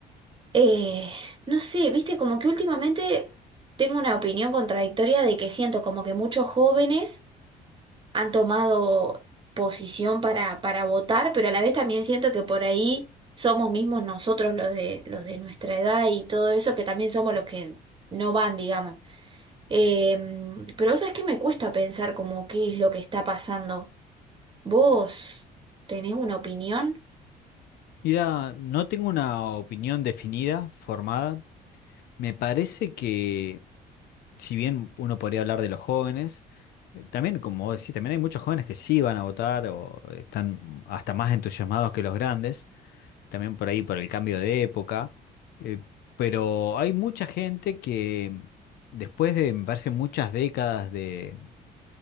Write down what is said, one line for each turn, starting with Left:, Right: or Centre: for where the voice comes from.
Right: Eh, no sé, viste, como que últimamente tengo una opinión contradictoria de que siento como que muchos jóvenes han tomado posición para, para votar, pero a la vez también siento que por ahí somos mismos nosotros los de, los de nuestra edad y todo eso, que también somos los que no van, digamos. Eh, pero sabes que me cuesta pensar como qué es lo que está pasando. ¿Vos tenés una opinión?
Left: Mira, no tengo una opinión definida, formada. Me parece que... si bien uno podría hablar de los jóvenes, eh, también, como vos decís, también hay muchos jóvenes que sí van a votar o están hasta más entusiasmados que los grandes, también por ahí por el cambio de época, eh, pero hay mucha gente que después de, me parece, muchas décadas de